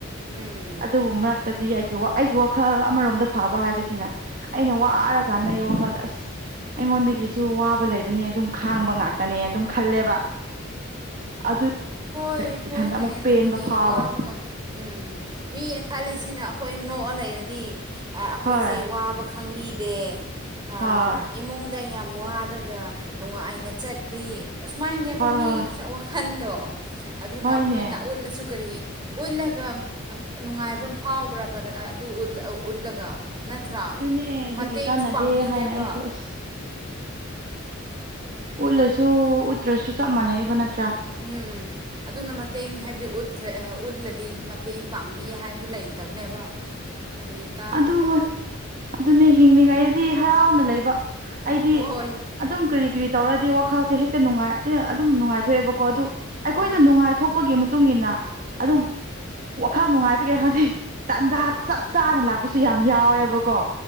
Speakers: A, on the right; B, on the right.
A: ꯎꯝ
B: ꯑꯗꯨꯕꯨ ꯃꯔꯛꯇꯗꯤ ꯑꯩ <unintelligible> ꯑꯩꯒꯤ ꯋꯥꯈꯜ ꯑꯃꯔꯣꯝꯗ ꯐꯥꯕ ꯍꯥꯏꯕꯁꯤꯅ ꯑꯩꯅ ꯋꯥꯔ ꯀꯥꯟꯗ ꯑꯩ ꯋꯥꯈꯜꯗ ꯑꯁ <unintelligible> ꯑꯩꯉꯣꯟꯗꯒꯤꯁꯨ ꯋꯥꯕ ꯂꯩꯕ <unintelligible> <unintelligible> ꯈꯥꯡꯕ ꯉꯥꯛꯇꯅꯦ ꯑꯗꯨꯝ ꯈꯜꯂꯦꯕ ꯑꯗꯨ <unintelligible>
A: ꯍꯣꯏ ꯍꯣꯏꯅꯦ
B: ꯏꯊꯟꯗ ꯑꯃꯨꯛ
A: ꯑꯗꯨꯕꯨꯗꯤ
B: ꯄꯦꯟꯕ ꯐꯥꯎꯕ
A: ꯋꯥꯕ ꯉꯥꯛ ꯎꯝ ꯃꯤꯅ <unintelligible> ꯈꯜꯂꯤꯁꯤꯅ ꯑꯩꯈꯣꯏꯅ <unintelligible> ꯅꯣꯛꯑ ꯂꯩꯔꯗꯤ ꯑꯩꯈꯣꯏꯁꯦ
B: ꯍꯣꯏ
A: ꯋꯥꯕ ꯈꯪꯕꯤꯗꯦ ꯑ
B: ꯍꯣꯏ
A: ꯏꯃꯨꯡꯗ ꯌꯥꯝ ꯋꯥꯔꯒ ꯅꯨꯡꯉꯥꯏꯅ ꯆꯠꯂꯤ ꯑꯁꯨꯃꯥꯏꯅꯦꯕ
B: ꯍꯣꯏ
A: ꯃꯤꯁꯦ
B: ꯍꯣꯏ
A: ꯋꯥꯈꯜꯗꯣ ꯑꯗꯨꯅ
B: ꯍꯣꯏꯅꯦ
A: ꯍꯣꯏ ꯅꯥ ꯎꯠꯂꯁꯨ ꯀꯔꯤ ꯎꯠꯂꯒ <unintelligible> ꯅꯨꯡꯉꯥꯏꯕ ꯑꯃ ꯐꯥꯎꯕ꯭ꯔꯕ <unintelligible> ꯑꯗꯨ <unintelligible> ꯎꯠꯂꯒ ꯅꯠꯇ꯭ꯔꯥ
B: ꯑꯗꯨꯅꯦ ꯑꯗꯨꯒꯤ
A: ꯃꯇꯦꯡꯁꯨ
B: ꯀꯥꯟꯅꯗꯦ
A: ꯄꯥꯡꯕꯤꯗꯦꯕ
B: ꯍꯥꯏꯅ ꯑꯩꯁꯨ ꯑꯁ ꯎꯠꯂꯁꯨ ꯎꯠꯇ꯭ꯔꯁꯨ ꯆꯞ ꯃꯥꯟꯅꯩꯕ ꯅꯠ <unintelligible>
A: ꯎꯝ ꯎꯝ ꯑꯗꯨꯅ ꯃꯇꯦꯡ ꯍꯥꯏꯕꯗꯤ ꯎꯠꯇ꯭ꯔꯦ ꯎꯠꯂꯗꯤ <unintelligible> ꯑ <unintelligible> ꯃꯇꯦꯡ ꯄꯥꯡꯕꯤ ꯍꯥꯏꯕꯗꯨ ꯂꯩꯇꯕꯅꯦꯕ ꯀꯔꯤ ꯀꯥꯟꯅꯕ
B: ꯑꯗꯨ ꯍꯣꯏ <unintelligible> ꯑꯗꯨꯅꯦ ꯍꯤꯡꯅꯤꯡꯉꯥꯏ ꯍꯔꯥꯎꯅ ꯂꯩꯕ ꯑꯩꯗꯤ
A: ꯍꯣꯏ
B: ꯑꯗꯨꯝ ꯀꯔꯤ ꯀꯔꯤ ꯇꯧꯔꯗꯤ ꯋꯥꯈꯜꯁꯦ ꯍꯦꯛꯇ ꯅꯨꯡꯉꯥꯏ ꯑꯩꯅ ꯑꯗꯨꯝ ꯅꯨꯡꯉꯥꯏꯊꯣꯛꯑꯦꯕꯀꯣ ꯑꯗꯨ ꯑꯩꯈꯣꯏꯅ
A: ꯎꯝ
B: ꯅꯨꯡꯉꯥꯏꯊꯣꯛꯄꯒꯤ ꯃꯇꯨꯡ ꯏꯟꯅ ꯑꯗꯨꯝ ꯋꯥꯈꯜ ꯅꯨꯡꯉꯥꯏꯕꯒꯤꯔ ꯈꯪꯗꯤ ꯇꯥꯟꯖꯥ ꯆꯞ ꯆꯥꯅ ꯂꯥꯛꯄ ꯄꯨꯁꯨ ꯌꯥꯝ ꯌꯥꯎꯋꯦꯕꯀꯣ